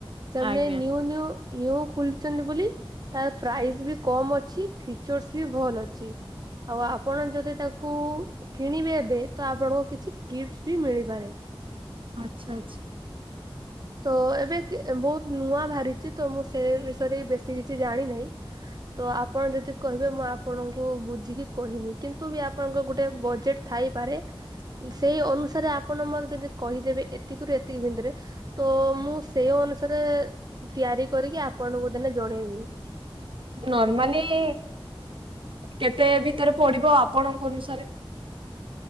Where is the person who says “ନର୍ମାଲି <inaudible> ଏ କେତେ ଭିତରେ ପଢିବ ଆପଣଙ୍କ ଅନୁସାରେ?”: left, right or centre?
Right